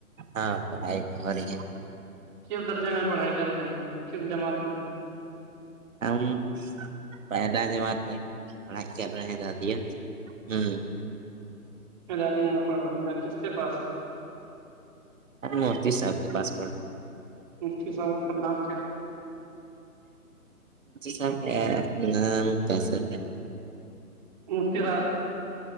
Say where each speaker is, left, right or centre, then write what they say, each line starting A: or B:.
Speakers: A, on the right; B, on the right.
A: ہاں پڑھائی ہو رہی ہے
B: کس درجے میں پڑھائی کر رہے ہیں کس جماعت میں
A: ہمم پہلا جمات میں پڑھائی کرل رہے ہیں دادیا ہوں
B: اابیہ میں پڑھ رہے ہیں کس کے پاس
A: متی صاحب کے پاسپ ہ
B: مفتی صاحب کا نام کیا
A: سب ن کیسے
B: مفتی